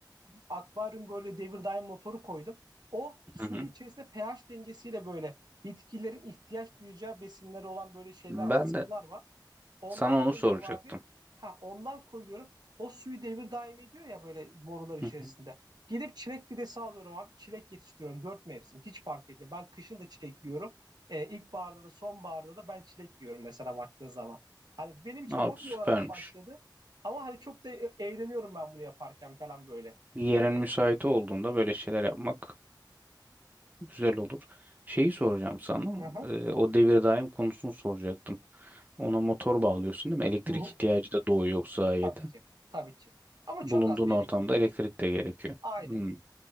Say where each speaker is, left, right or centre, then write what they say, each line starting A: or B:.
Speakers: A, on the right; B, on the right.
A: akvaryum böyle devir daim motoru koydum. O suyun
B: Hı hı.
A: içerisinde pH dengesiyle böyle bitkilerin ihtiyaç duyacağı besinleri olan böyle şeyler var,
B: Ben
A: sıvılar
B: de
A: var. Ondan
B: sana onu
A: koyuyorum
B: soracaktım.
A: abi. Ha ondan koyuyorum. O suyu devir daim ediyor ya böyle borular içerisinde.
B: Hı hı.
A: Gidip çilek fidesi alıyorum abi. Çilek yetiştiriyorum. Dört mevsim. Hiç fark etmiyor. Ben kışın da çilek yiyorum. Ee, ilkbaharda da sonbaharda da ben çilek yiyorum mesela baktığın zaman. Hani benim için
B: Abi
A: hobi
B: süpermiş.
A: olarak başladı. Ama hani çok da e- eğleniyorum ben bunu yaparken falan böyle.
B: Yerin
A: Ee,
B: müsait olduğunda böyle şeyler yapmak güzel olur. Şeyi soracağım sana.
A: aha,
B: e, o devir daim konusunu soracaktım. Ona motor bağlıyorsun değil mi? Elektrik
A: hı hı,
B: ihtiyacı da doğuyor bu sayede.
A: tabii ki. Tabii ki. Ama
B: bulunduğun
A: çok az bir
B: ortamda
A: elektrik gidiyor.
B: elektrik de gerekiyor.
A: Aynen.
B: Hmm.